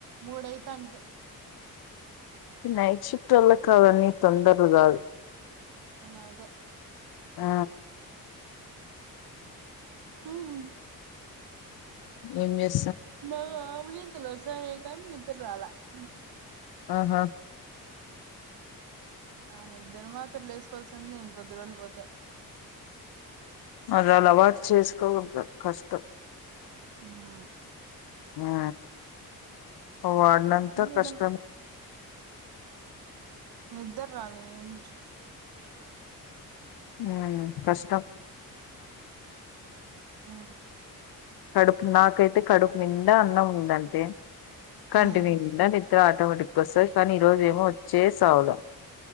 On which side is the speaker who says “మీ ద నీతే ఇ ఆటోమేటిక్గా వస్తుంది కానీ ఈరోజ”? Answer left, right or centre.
Left